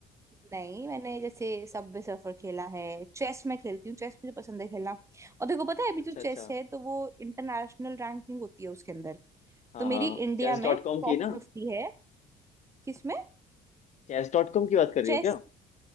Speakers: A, on the right (about 15°); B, on the left (about 45°).
A: नहीं मैंने जैसे सबवे सफर खेला है चेस मैं खेलती हूँ चेस मुझे पसंद है खेलना और देखो पता है अभी
B: अच्छा
A: जो
B: अच्छा
A: चेस है तो वो इंटरनेशनल रैंकिंग होती है उसके अंदर
B: हाँ
A: तो मेरी
B: हाँ
A: इंडिया
B: चेस
A: में
B: डॉट कॉम
A: टॉप
B: की ना
A: फिफ्टी है किसमें
B: चेस डॉट कॉम की बात कर रही
A: चेस
B: हो क्या